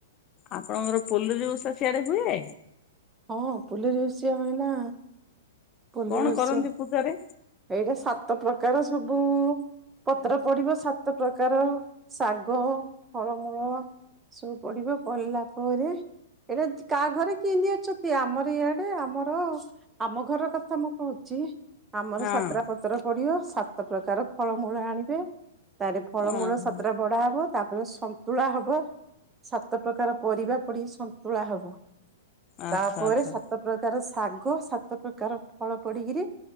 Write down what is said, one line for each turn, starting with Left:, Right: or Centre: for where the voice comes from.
Left: ଆପଣଙ୍କର ପୋଲରୀ ଓଷା ସିଆଡେ ହୁଏ?
Right: ହଁ ପୁଲି ରୋଷିଆ ହୁଏନା। ପୁଲି
Left: କଣ
Right: ଦୋସିଆ
Left: କରନ୍ତି ପୂଜାରେ?
Right: ଏଇଟା ସାତ ପ୍ରକାର ସବୁ। ପତ୍ର ପଡିବ ସାତ ପ୍ରକାର ଶାଗ, ଫଳମୂଳ। ସବୁ ପଢିବ ପଢିଲା ପରେ ଏଇଟା କାହା ଘରେ କେନି ଅଛନ୍ତି। ଆମର ଇଆଡେ ଆମର ଆମ ଘ ଘର କଥା ମୁଁ କହୁଛି ଆମର
Left: ହଁ।
Right: ସାତ ଟା ପତ୍ର। ପଡିଅ ସାତ ପ୍ରକାର ଫଳମୂଳ ଆଣିବେ ତାରେ ଫଳମୂଳ
Left: ଓହୋ।
Right: ସାତଟା ପା ହବ ତାପରେ ସନ୍ତୁଳା ହବ ସାତ ପ୍ରକାର ପରିବା ପଡି ସନ୍ତୁଳା ହବ।
Left: ଆଚ୍ଛା
Right: ତାପରେ
Left: ଆଚ୍ଛା
Right: ସାତ ପ୍ରକାର ଶାଗ ସାତ ପ୍ର କାର ଫଳ ପଡିକିରି